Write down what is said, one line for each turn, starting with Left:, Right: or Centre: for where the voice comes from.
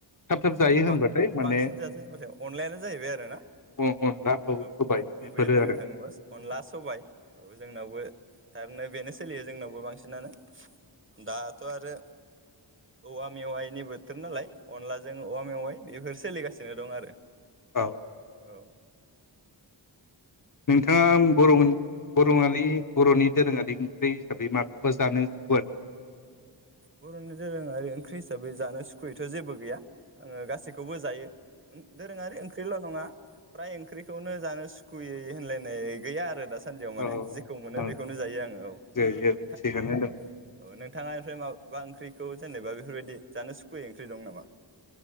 Left: थाब थाब जायो
Right: औ
Left: होनबाथाय
Right: ब
Left: माने
Right: बांसिन जाजायो होनबाथाय अनलायानो जाहैबाय आरो ना
Left: अनला
Right: औ
Left: सबाय बेफोरो
Right: गुबैयै बुंनो
Left: आरो
Right: थाङोब्ला अनला सबाय औ जोंनावबो थारैनो बेनो सोलियो जोंनावबो बांसिनानो दाथ' आरो औवा मेवायनि बोथोर नालाय अनला ज जों औवा मेवाइ बेफोर सोलिगासिनो दं आरो
Left: औ औ
Right: औ
Left: नोंथाङा बर' बर'आारि बर'नि दोरोङारि ओंख्रि हिसाबै माखौबा जानो सुखुवा नामा
Right: बर'नि दोरोङारि ओंख्रि हिसाबै जानो सुखुयैथ' जेबो गैया आङो गासैखौबो जायो दोरोङारि ओंख्रिल' नङा फ्राय ओंख्रिखौनो जानो सुखुयै होनलायनाय गैया आरो द सानदियाव माने
Left: औ
Right: जेखौ मोनो
Left: औ
Right: बेखौनो जायो आङो औ
Left: जायो
Right: नोंथां
Left: थिगानो
Right: औ
Left: दं
Right: औ नोंथाङा ओमफ्राय मा बबा ओंख्रिखौ जेनेबा बेफोरबायदि जानो सुखुयै ओंख्रि दं नामा